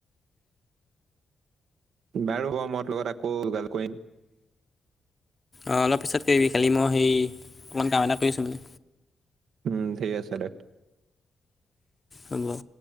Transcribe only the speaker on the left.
অ অলপ পিছত কৰিবি খালি মই সেই অকণমান কাম এটা কৰি আছো মানে
হব